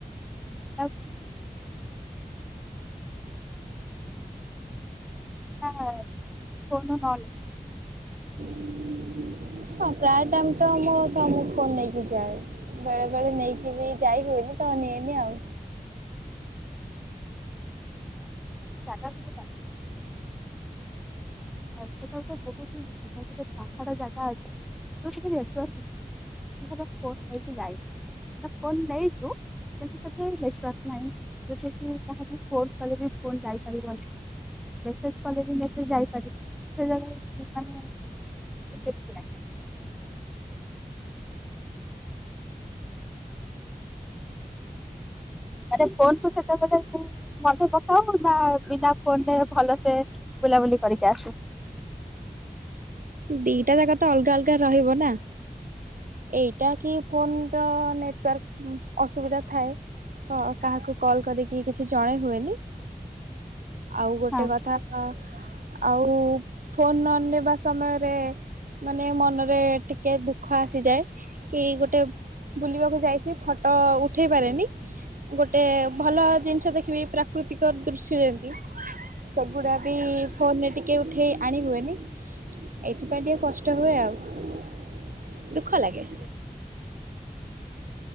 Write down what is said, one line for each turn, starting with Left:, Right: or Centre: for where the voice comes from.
Centre: <inaudible> <unintelligible> ହଁ ଫୋନ <unintelligible>
Right: <inaudible> ହଁ ପ୍ରାଏ ଟାଇମ ତ ମୋ ସ ମୁ ଫୋନ ନେଇକି ଯାଏ। ବେଳେ ବେଳେ ନେଇକି ବି ଯାଇ ହୁଏନି ତ ନିଏନି ଆଉ।
Centre: ଦାଦା ସୁକୁତା। ଆଉ ସେଟା ବହୁତ ହି ସା ପାହାଡ଼ ଜାଗା ଅଛି <unintelligible> ଫୋନ ନେଇକି ଯାଇ ତା ଫୋନ ନେଇଛୁ। କିନ୍ତୁ ସେଠି ନିଶ୍ଵାସ ନାହିଁ ଯଉଟା କି କାହାକୁ ଫୋନ କଲେ ବି ଫୋ ଯାଇପାରିବନି। ମେସେଜ କଲେବି ମେସେଜ ଯାଇପାରିବ ସେ ଜାଗାରେ ମାନେ ସେମିତି ନାହିଁ <unintelligible> ମତେ ପଥାଉ ପୁଡି ନା ବିନା ଫୋନରେ ଭଲସେ ବୁଲାବୁଲି କରିକି ଆସେ।
Right: ଦିଟା ଜାଗା ତ ଅଲଗା ଅଲଗା ରହିବ ନା। ଏଇଟା କି ଫୋନର ନେଟୱାର୍କ ଅସୁବିଧା ଥାଏ। ହ କାହାକୁ କଲ କରିକି କିଛି ଜଣେ ହୁଏନି। ଆଉ ଗୋଟେ
Centre: ହଁ
Right: କଥା ଆଉ ଫୋନ ନ ନେବା ସମୟ ରେ ମାନେ ମନରେ ଟିକେ ଦୁଃଖ ଆସିଯାଏ କି ଗୋଟେ ବୁଲିବାକୁ ଯାଇଛି ଫଟୋ ଉଠେଇ ପାରେନି। ଗୋଟେ ଭଲ ଜିନିଷ ଦେଖିବି ପ୍ରାକୃତିକ ଦୃଶ୍ୟ ଯେତି। ସେଗୁଡ଼ା ବି ଫୋନରେ ଟିକେ ଉଠେଇ ଆଣି ହୁଏନି। ଏଇଥି ପାଇଁ ଟିକେ କଷ୍ଟ ହୁଏ ଆଉ ଦୁଃଖ ଲାଗେ।